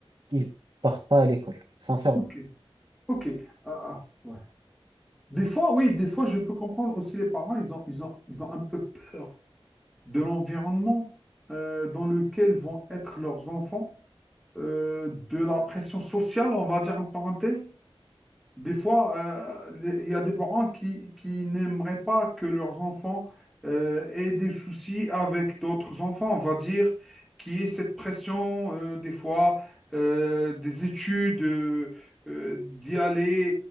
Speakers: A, on the right; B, in the centre.
A: qu'ils partent pas à l'école, sincèrement.
B: Ok. Ok. Ah, ah, ouais. Des fois, oui, des fois, je peux comprendre aussi les parents, ils ont, ils ont, ils ont un peu peur. de l'environnement euh, dans lequel vont être leurs enfants, euh, de la pression sociale, on va dire entre parenthèses. Des fois, euh, les- il y a des parents qui, qui n'aimeraient pas que leurs enfants euh, aient des soucis avec d'autres enfants, on va dire, qui est cette pression, euh, des fois, euh, des études, euh, euh, d'y aller,